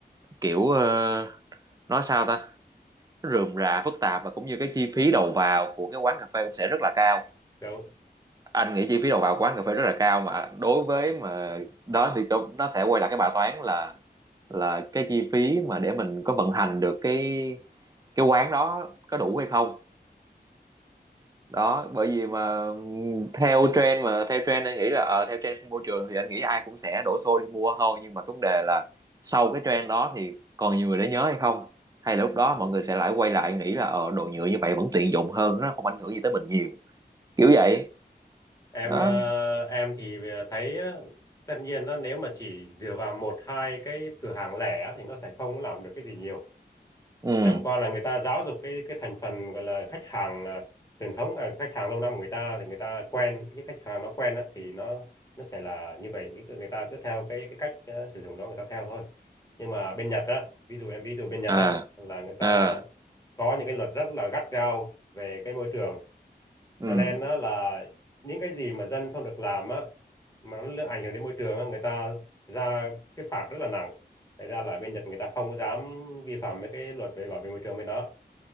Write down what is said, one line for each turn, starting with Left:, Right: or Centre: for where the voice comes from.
Right: Kiểu, ờ, nói sao ta? Nó rườm rà, phức tạp và cũng như cái chi phí đầu vào của cái quán cà phê cũng sẽ rất là cao.
Left: đúng
Right: Anh nghĩ chi phí đầu vào quán cà phê rất là cao mà đối với mà đó thì nó sẽ quay lại cái bài toán là là cái chi phí mà để mình có vận hành được cái cái quán đó có đủ hay không đó bởi vì mà theo trend mà theo trend anh nghĩ là ờ, theo trend của môi trường thì anh nghĩ ai cũng sẽ đổ xô đi mua thôi nhưng mà cái vấn đề là sau cái trend đó thì còn nhiều người để nhớ hay không hay là lúc đó
Left: ừ.
Right: mọi người sẽ lại quay lại nghĩ là ờ đồ nhựa như vậy vẫn tiện dụng hơn nó không ảnh hưởng gì tới mình nhiều kiểu vậy
Left: em
Right: đó
Left: ờ, em thì ờ, thấy á, tất nhiên á, nếu mà chỉ dựa vào một hai cái cửa hàng lẻ á, thì nó sẽ không làm được cái gì nhiều
Right: ừ
Left: chẳng qua là người ta giáo dục cái cái thành phần gọi là khách hàng à, truyền thống à, khách hàng lâu năm của người ta thì người ta quen những khách hàng nó quen á, thì nó nó sẽ là như vậy những cái- người ta cứ theo cái cái cách ờ, sử dụng đó người ta theo thôi nhưng mà bên Nhật á ví dụ em ví dụ bên Nhật
Right: à
Left: á là người ta
Right: à
Left: có những cái luật rất là gắt gao về cái môi trường
Right: ừ
Left: cho nên đó là những cái gì mà dân không được làm á mà nó ảnh hưởng đến môi trường á, người ta ra cái phạt rất là nặng Thành ra là ở bên Nhật người ta không có dám vi phạm mấy cái luật về bảo vệ môi trường bên đó.